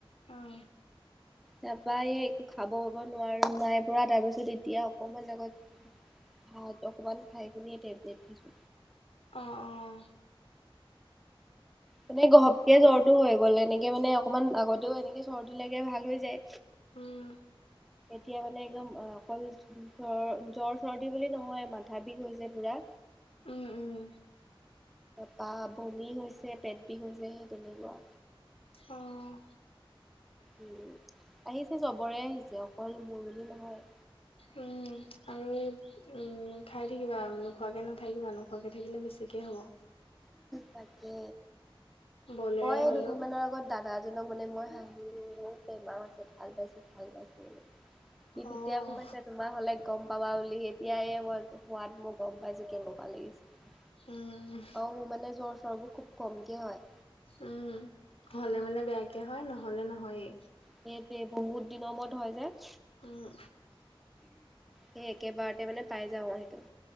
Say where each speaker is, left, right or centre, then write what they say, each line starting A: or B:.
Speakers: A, on the left; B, in the centre.
A: অম
B: তাৰপাৰা এই একো খাব পাব নোৱাৰো, নাই পৰা, তাৰ পিছত এতিয়া অকমান আগত ভাত অকণমাণ খায় কেনে টেবলেট খাইছো।
A: অঁ অঁ
B: মানে ঘপকে জ্বৰটো হৈ গ'ল এনেকে মানে অকণমান আগতেও এনেকে চৰ্দি লাগে ভাল হৈ যায়।
A: উম
B: এতিয়া মানে একদম অকল জ্বৰ-জ্বৰচৰ্দি বুলি নহয় মাথা বিষ হৈছে পুৰা।
A: উম, উম।
B: পা বমি হৈছে, পেট বিষ হৈছে, সেই তেনেকুৱা।
A: আহ।
B: উ আহিছে চবৰে আহিছে, অকল মোৰ বুলি নহয়।
A: উম। আৰু এই উম খাই থাকিবা, নোখোৱাকে নাথাকিবা, নোখোৱাকে থাকিলে বেছিকে হব।
B: তাকে
A: বলেৰে
B: মই
A: হ'লেও
B: দুদিনমানৰ আগত দাদা এজনক মানে, মই হা বহু বেমাৰ আছে ভাল পাইছো, ভাল পাইছো বলে, সি তেতিয়া
A: অ'
B: আকৌ কৈছে তোমাৰ হলে গম পাবা বুলি এতিয়া এই মই সোৱাদ, মোৰ গম পাইছো কেনেকুৱা লাগিছে।
A: উম।
B: অ মোৰ মানে-জ্বৰ চ্বৰবোৰ খুব কমকে হয়।
A: উম, হলে মানে বেয়াকে হয়, নহ'লে নহয়েই।
B: সেইটোৱে বহুত দিনৰ মূৰত হয় যে।
A: উম।
B: সেই একেবাৰতে মানে পাই যাও সেইটো।